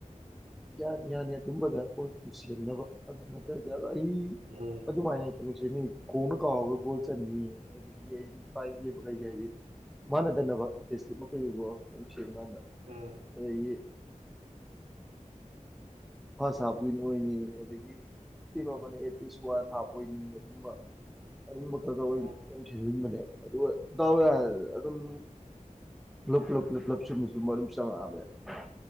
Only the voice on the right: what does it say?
ꯎꯝ
ꯎꯝ
ꯎꯝ